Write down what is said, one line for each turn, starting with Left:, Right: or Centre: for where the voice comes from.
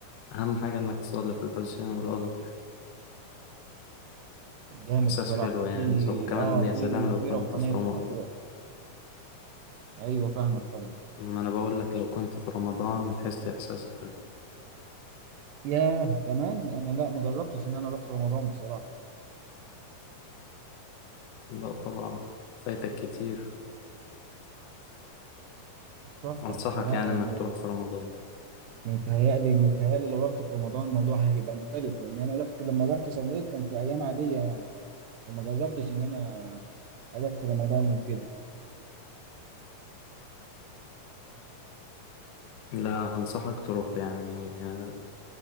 Left: أهم حاجة إنك تصلي في الحسين والأزهر
Right: جامد
Left: إحساس
Right: بصراحه
Left: حلو
Right: في
Left: يعني س- وكمان
Right: اه في
Left: يا سلام لو
Right: في
Left: كنت
Right: روحانيه
Left: في
Right: في
Left: رمضان
Right: الموضوع ايوه فاهمك طبعا
Left: ما أنا بقول لك لو كنت في رمضان هتحس إحساس حلو
Right: ياه كمان انا لا ما جربتش ان انا اروح في رمضان بصراحه
Left: لا طبعا فايتك كتير
Right: تحفه
Left: أنصحك
Right: لا
Left: يعني
Right: يعني
Left: إنك تروح في رمضان
Right: متهيألي متهيألي لو رحت في رمضان الموضوع هيبقى مختلف لان انا رحت لما رحت صليت كان في ايام عاديه يعني. فما جربتش ان انا اروح في رمضان وكده
Left: لا أنصحك تروح يعني آه،